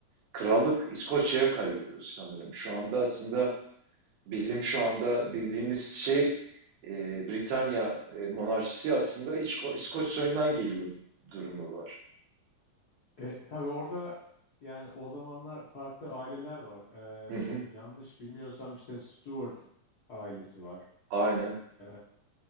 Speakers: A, on the right (about 80°); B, on the left (about 70°).
A: Krallık İskoçya'ya kayıyordu sanırım. Şu anda aslında bizim şu anda bildiğimiz şey e, Britanya e, monarşisi aslında İsko- İskoç soyundan geliyor durumu var.
B: E, tabii orada yani o zamanlar farklı aileler var. E,
A: Hı hı.
B: yanlış bilmiyorsam işte Stuart ailesi var.
A: Aynen.
B: E,